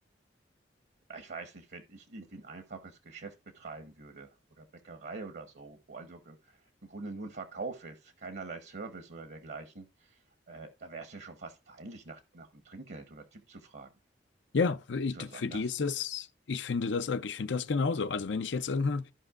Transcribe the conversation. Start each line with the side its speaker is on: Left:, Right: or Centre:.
Right: ja, ich weiß nicht, wenn ich irgendwie ein einfaches Geschäft betreiben würde oder Bäckerei oder so, wo also ge- im Grunde nur ein Verkauf ist, keinerlei Service oder dergleichen, äh, da wäre es ja schon fast peinlich, nach, nach dem Trinkgeld oder Tipp zu fragen.
Left: Ja, für,
Right: Siehst
Left: ich,
Right: du das
Left: für
Right: anders?
Left: die ist das, ich finde das, ich finde das genauso. Also wenn ich jetzt irgendeinen